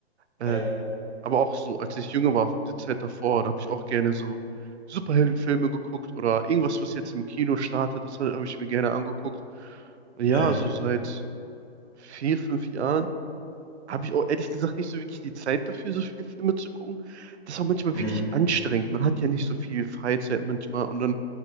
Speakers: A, on the right; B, on the left.
A: Ähm,
B: Ja,
A: aber auch so, als ich jünger war, die Zeit davor, da habe ich auch gerne so Superheldenfilme geguckt oder irgendwas, was jetzt im Kino startet, das habe ich mir gerne angeguckt. Und ja,
B: ja,
A: so seit vier, fünf Jahren habe ich auch ehrlich gesagt nicht so wirklich die Zeit dafür, so viele Filme zu gucken. Das ist auch manchmal
B: hm.
A: wirklich anstrengend. Man hat ja nicht so viel Freizeit manchmal und dann